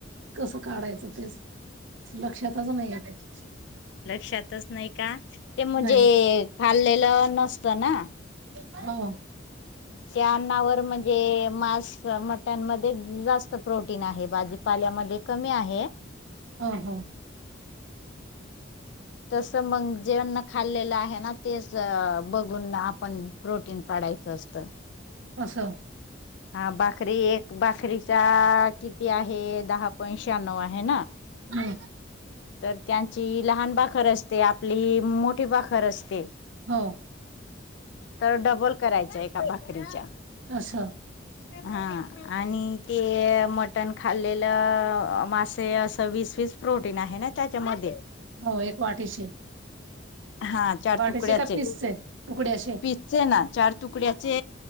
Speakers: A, on the right; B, on the left.
A: कस काढायचं तेच लक्षातच नाही आहे त्याच्या
B: लक्षातच नाही का ते म्हणजे
A: नाही
B: खाल्लेलं नसतं ना
A: हा
B: त्या अन्नावर म्हणजे मांस मट्यांमध्ये जात प्रोटीन आहे भाजीपाल्यामध्ये कमी आहे
A: ह हा
B: तस मग जे खाल्लेलं आहे ना तेच बघून आपण प्रोटीन पा ायच असत
A: अससां
B: हा बाकरी एक बाकरीचा किती आहे दहा पॉइंट शहाण्णव आहे ना
A: नाही
B: तर त्यांची लहान बाखर असते आपली मोठी बाखर असते
A: हो
B: तर डबल करायचं एका भाकरीच्या
A: असं
B: हा आणि ते मटण खाल्लेलं मासे असं वीस वीस प्रोटीन आहे ना त्याच्यामध्ये
A: हो एक वाटीशी
B: हा चार
A: वाटायचे
B: तुकड्याचे
A: का पीसचे तुकडे असे
B: पिजचे ना चार तुकड्याचे